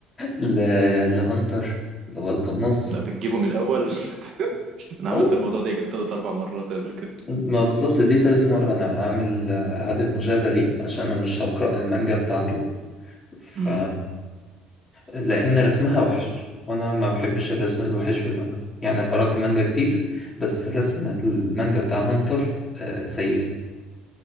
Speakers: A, on the left (about 20°); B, on the right (about 45°).
A: ل- لهانتر اللي هو القناص
B: لا بتجيبه من الاول <laughs> انا عملت
A: آه،
B: الموضوع ده يجي تلات اربع مرات قبل كده
A: ما بالظبط دي تالت مرة انا اعمل اعادة مشاهدة ليه عشان انا مش هقرأ المانجا بتاعته ف
B: مم.
A: لأن رسمها وحش وأنا ما بحبش الرسم الوحش في المانجا يعني قرأت مانجا كتير بس رسم المانجا بتاع هانتر آه، سيء